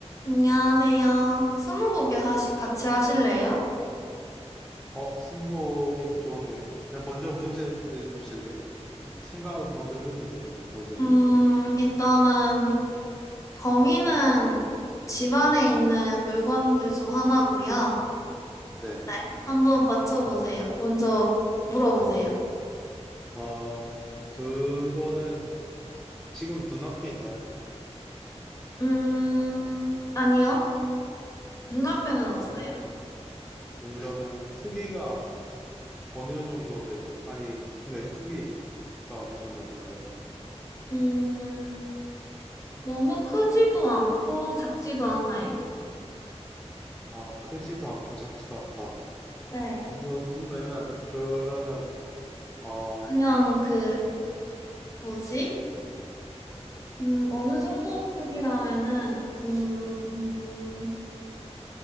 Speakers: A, on the left; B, in the centre.
A: 안녕하세요. 스무고개 하시, 같이 하실래요?
B: 어, 스무고개 좋은데요? 그냥 먼저 문제 내주실래요? 어, 생각 먼저 해주세요. 문제.
A: 음, 일단은 범인은 집 안에 있는 물건들 중 하나고요.
B: 네.
A: 네, 한번 맞춰보세요. 먼저 물어보세요.
B: 어, 그거는 지금 눈앞에 있나요?
A: 음, 아니요. 눈앞에는 없어요.
B: 어, 음. 그러면 크기가 어느 정도 되죠? 아니, 네, 크기가 어느 정도 될까요?
A: 음, 너무 크지도 않고 작지도 않아요.
B: 어, 크지도 않고 작지도 않다.
A: 네,
B: 너, 너무 애매한데? 그러면, 어,
A: 그냥 그, 뭐지? 음, 어느 정도 크기라면은, 음,